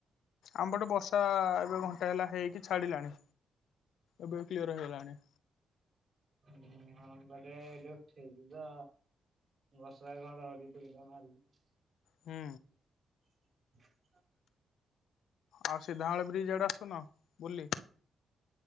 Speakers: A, on the left (about 80°); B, on the right (about 50°).
A: ଆମପଟେ ବର୍ଷା ଏବେ ଘଣ୍ଟା ହେଲା ହେଇକି ଛାଡ଼ିଲାଣି ଏବେ କ୍ଲିଅର ହେଇଗଲାଣି।
B: ହୁଁ ଗୋଟେ ଏ ଯୋଉ ଉଠେଇଛି ତ ବର୍ଷା ଘଡ଼ ଘଡି ଟିକେ ଟିକେ ମାରୁଛି।
A: ହୁଁ।
B: ହ <inaudible>
A: ଆଉ ସିଧମୂଳ ବ୍ରିଜ ଆଡେ ଆସୁନ ବୁଲି।